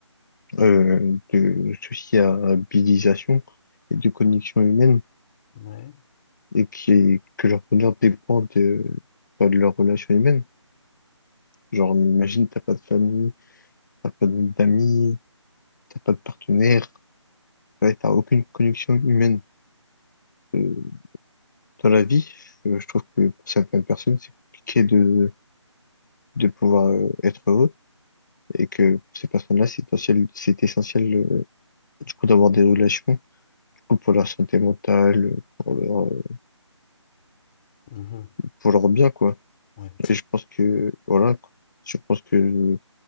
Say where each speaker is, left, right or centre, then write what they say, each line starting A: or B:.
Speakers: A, on the left; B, on the left.
A: euh, de sociabilisation et de connexion humaine,
B: Ouais.
A: et qui, que leur bonheur dépend de, bah, de leur relation humaine. Genre, imagine, t'as pas de famille, t'as pas d'amis, t'as pas de partenaire, ouais, t'as aucune connexion humaine. Euh, dans la vie, je, je trouve que pour certaines personnes, c'est compliqué de, de pouvoir euh, être heureux et que pour ces personnes-là, c'est essentiel, c'est essentiel euh, du coup d'avoir des relations, du coup pour leur santé mentale, pour leur, euh,
B: Mhm.
A: pour leur bien quoi.
B: Ouais.
A: Et je pense que voilà, quoi. je pense que